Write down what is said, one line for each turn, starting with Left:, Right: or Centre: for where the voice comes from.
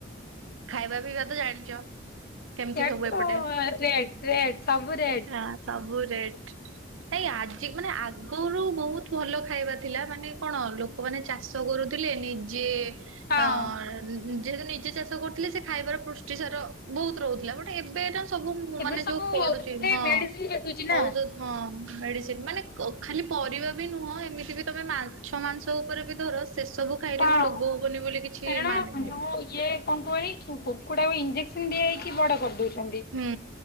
Right: ଖାଇବା ପିଇବା ତ ଜାଣିଛ। କେମିତି
Left: ସିଇଆଡେ
Right: ସବୁ
Left: ତ
Right: ଏପଟେ
Left: ରେଟ୍ ରେଟ୍ ସବୁ ରେଟ୍।
Right: ହଁ ସବୁ ରେଟ୍ ନାଇଁ ଆଜିକୁନା ଆଗରୁ ବହୁତ ଭଲ ଖାଇବା ଥିଲା ମାନେ କଣ ଲୋକମାନେ ଚାଷ କରୁଥିଲେ ନିଜେ
Left: ହଁ
Right: ଅ ନିଜକୁ ନିଜେ ଚାଷ କରୁଥିଲେ ସେ ଖାଇବାର ପୁଷ୍ଟି ସାର ବହୁତ ରହୁଥିଲା ବୋଟ୍ ଏବେ ସବୁ
Left: ଏବେ
Right: ମାନେ
Left: ସବୁ
Right: ଯୋଉ ପଡୁଛି
Left: ମାନେ
Right: ହଁ
Left: ମେଡିସିନ ଦେଖୁଛି ନା।
Right: ଔଷଧ ହଁ ମେଡିସିନ ମାନେ ଖାଲି ପରିବା ବି ନୁହଁ ଏମିତିରେ ତମେ ମାଛ ମାଂସ ଉପରେ ବି ଧର ସେସବୁ ଖାଇରେ
Left: ହଁ
Right: ବି ରୋଗ ହବନି ବୋଲି କିଛି
Left: କାରଣ
Right: ମାନେ ନାହିଁ।
Left: ଯୋଉ ଇଏ କକୁହନି କୁକୁଡାକୁ ଇଞ୍ଜେକ୍ସନ ଦିଆ ହେଇକି ବଡ଼ କରିଦଉଛନ୍ତି।
Right: ହୁଁ